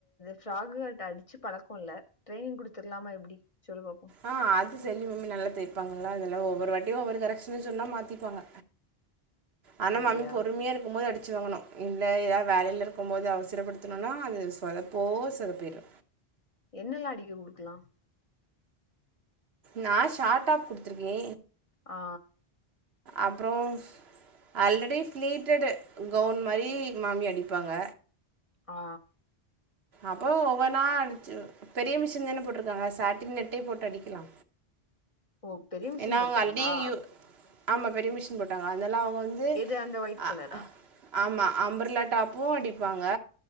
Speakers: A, on the left (about 35°); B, on the right (about 75°).
A: ஃப்ராகு அடிச்சு பழக்க இல்ல ட்ரைனிங் குடுத்துருலாமா எப்டி சொல்லூங்கோ
B: ஆ அது செல்வி மம்மி நல்லா தெப்பாங்களா அதல்லா ஒவ்வொரு வாட்டியு ஒவ்வொரு கரெக்ஷன் சொன்னா மாத்திப்பாங்க ஆனா
A: அப்டியா
B: மாமி பொறுமையா இருக்கு போது அடிச்சு வாங்கனு இல்ல ஏதாவது வேலையில இருக்கும்போது அவசரப்படுத்துநோம்ன்னா அது சொதப்போ சொதப்பிடு
A: என்னெல்லா அடிக்க குடுக்கலா
B: நா ஷார்ட்டா குடுத்துருக்கே
A: ஆ
B: அப்பறோம் ஆல்ரெடி ஃப்ளீட்டட்டு கவுன் மாரி மாமி அடிப்பாங்க
A: ஆ
B: அப்போ ஒவ்வொன்னா அடிச்ச பெரிய மிஷின் தானே போட்டிருக்காங்க சாட்டின் நட்டே போட்டு அடிக்கலா
A: ஓ பெரிய மிஷின்
B: ஏன்னா
A: போட்டாங்களா
B: அவங்க ஆல்ரெடி ஆமா பெரிய மிஷின் போட்டாங்க அதனால அவங்க வந்து
A: இது அந்த ஒயிட்
B: அ
A: கலரா
B: ஆமா அம்பர்லா டாப்பு அடிப்பாங்க